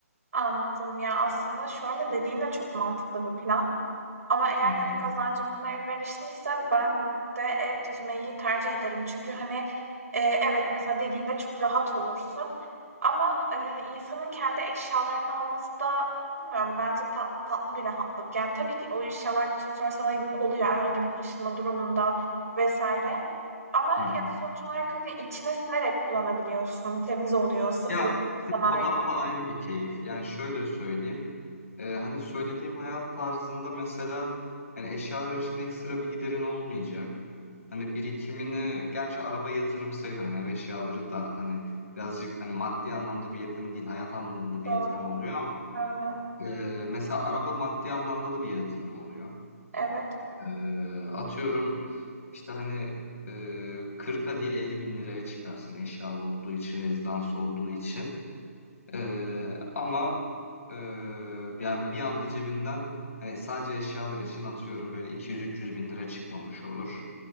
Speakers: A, on the right; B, on the left.
A: Anladım. Ya aslında şöyle dediğin de çok mantıklı bir plan. Ama eğer,
B: Hı hı.
A: hani, kazancım buna elverişliyse ben de ev düzmeyi tercih ederim. Çünkü, hani, eee, evet, mesela dediğinde çok rahat olursun ama, eee, insanın kendi eşyalarının olması da bilmiyorum bence tat tatlı bir rahatlık. Yani, tabii ki o eşyalar bir süre sonra sana yük oluyor herhangi bir taşınma durumunda vesaire ama,
B: Hı hı.
A: ya, sonuç olarak, hani, içine sinerek kullanabiliyorsun. Temiz oluyor, sıfır
B: Ya
A: oluyor, sana
B: o
A: ait.
B: da o da ayrı bir keyif. Yani şöyle söyleyeyim. Eee, hani söylediğim hayat tarzında mesela hani eşyalar için ekstra bir giderin olmayacak. Hani birikimini gerçi araba yatırım sayılır. Hani ev eşyaları da hani birazcık hani maddi anlamda bir yatırım değil hayat anlamında bir
A: Doğru.
B: yatırım oluyor ama
A: Aynen.
B: eee, mesela araba maddi anlamda da bir yatırım oluyor.
A: Evet.
B: Eee, atıyorum işte hani eee 40'a değil 50 bin liraya çıkarsın eşyalı olduğu için, rezidans olduğu için. Eee, ama eee, yani bir anda cebinden hani sadece eşyalar için atıyorum böyle 200-300 bin lira çıkmamış olur.